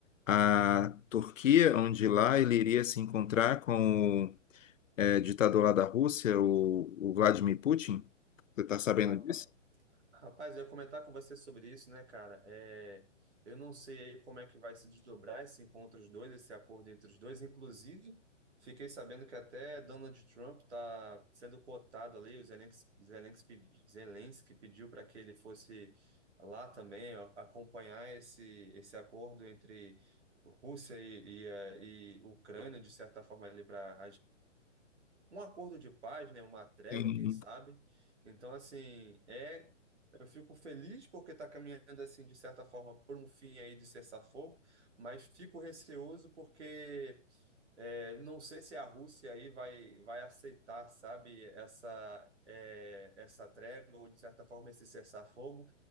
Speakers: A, on the left; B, on the right.
A: à Turquia, onde lá ele iria se encontrar com o é, ditador lá da Rússia, o, o Vladimir Putin. Você está sabendo
B: Rapa-
A: disso?
B: Rapaz, eu ia comentar com você sobre isso, né, cara? É, eu não sei aí como é que vai se desdobrar esse encontro dos dois, esse acordo entre os dois. Inclusive, fiquei sabendo que até Donald Trump tá sendo cotado ali, o Zelensky, Zelensky, pedi- Zelensky pediu para que ele fosse lá também ó, acompanhar esse, esse acordo entre. Rússia e, e, eh, e Ucrânia, de certa forma, ali para um acordo de paz, né? Uma trégua,
A: Sim.
B: quem sabe. Então, assim, é, eu fico feliz porque está caminhando, assim, de certa forma, por um fim aí de cessar-fogo, mas fico receoso porque é, não sei se a Rússia aí vai, vai aceitar, sabe, essa, é, essa trégua ou, de certa forma, esse cessar-fogo